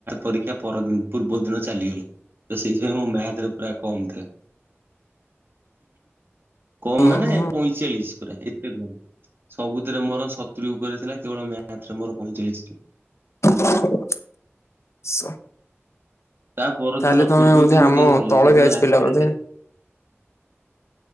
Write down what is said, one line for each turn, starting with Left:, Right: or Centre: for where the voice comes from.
Right: ପରୀକ୍ଷା ପରଦି ପୂର୍ବ ଦିନ ଚାଲିଗଲେ, ତ ସେଇଥି ପାଇଁ ମୋ ମ୍ୟାଥ୍ ରେ ପୁରା କମ୍ ଥା କମ୍
Left: ଓହୋ।
Right: ମାନେ ପଇଁଚାଳିଶ୍ ପୁରା ଏତେ କମ୍। ସବୁଥିରେ ମୋର ସତୁରି ଉପରେ ଥିଲା, କେବଳ ମ୍ୟାଥ୍ ରେ ମୋର ପଇଁଚାଳିଶ୍ ଥିଲା।
Left: <inaudible>
Right: ତା' ପରଦିନ,
Left: ତାହେଲେ ତମେ
Right: ପୂର୍ବ
Left: ବୋଧେ
Right: ଦିନ----ଲେ
Left: ଆମ ତଳ
Right: ସେଦିନ
Left: ବ୍ୟାଚ୍
Right: ରାତିରେ
Left: ପିଲା ବୋଧେ
Right: କେ